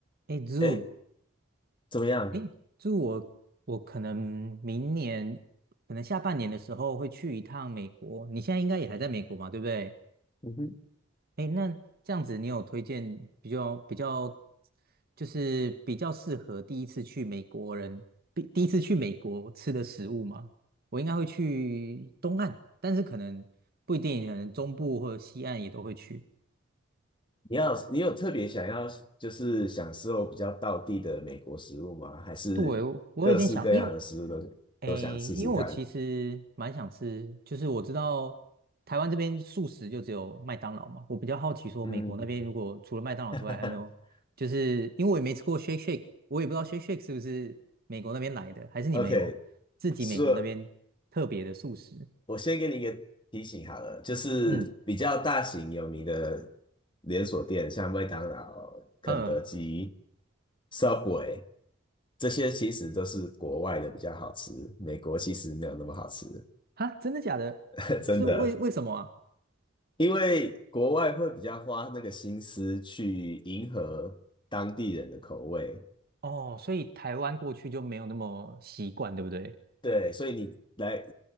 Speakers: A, on the right; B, on the left.
A: 哎，Zoo，
B: 哎，怎么样？
A: 哎，Zoo，我我可能明年，可能下半年的时候会去一趟美国。你现在应该也还在美国嘛，对不对？
B: 嗯哼，
A: 哎，那这样子，你有推荐比较比较，就是比较适合第一次去美国人，第第一次去美国吃的食物吗？我应该会去东岸，但是可能不一定，可能中部或者西岸也都会去。
B: 你要你有特别想要就是享受比较道地的美国食物吗？还是各式各样的食物都都想试试看
A: 对，我有已经想，因为，诶，因为我其实蛮想吃，就是我知道台湾这边素食就只有麦当劳嘛，我比较好奇说美国那边如果除了麦当劳之外，
B: 嗯 <laughs>，
A: 还没有，就是因为我也没吃过 Shake Shake，我也不知道 Shake Shake 是不是美国那边来的，还是你们有自己美国那边特别的素食？
B: ？OK，说，我先给你一个提醒好了，就是比较大型有名的
A: 嗯
B: 连锁店，像麦当劳、肯德基、
A: 嗯，
B: Subway 这些，其实都是国外的比较好吃，美国其实没有那么好吃，
A: 哈，真的假的？
B: <laughs> 真的。
A: 是为为什么啊？
B: 因为国外会比较花那个心思去迎合当地人的口味，
A: 哦，所以台湾过去就没有那么习惯，对不对？
B: 对，所以你来